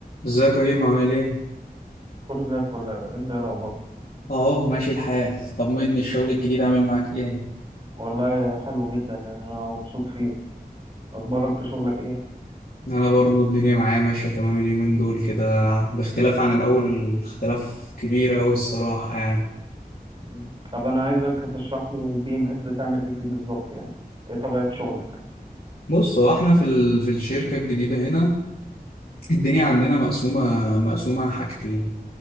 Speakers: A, on the left; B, on the right.
A: ازيك يا كريم عامل ايه؟
B: كله زي الفل انت ايه الاخبار
A: اهو ماشي الحال طمني الشغل الجديد عامل معاك ايه
B: والله حلو جدا يعني انا مبسوط فيه اخبارك في شغلك ايه
A: انا برضو الدنيا معايا ماشية تمام اليومين دول كده باختلاف عن الاول اختلاف كبير اوي الصراحة يعني
B: مم. طب انا عايزك تشرح لي البي ام اس بتعمل ايه فيه بالظبط يعني ايه طبيعة شغلك
A: بص هو احنا في ال... في الشركة الجديدة هنا الدنيا عندنا مقسومة مقسومة حاجتين